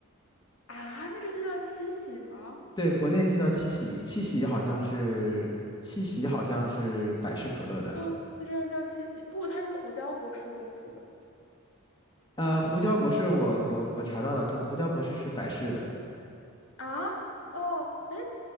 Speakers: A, on the left; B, on the left.
A: 啊，那个就叫七喜吗？
B: 对，国内这叫七喜，七喜好像是七喜好像是百事可乐的。
A: 啊，那居然叫七喜，不，它是胡椒博士公司的。
B: 呃，胡椒博士我，我我查到了，它胡椒博士是百事的
A: 啊，哦，哎，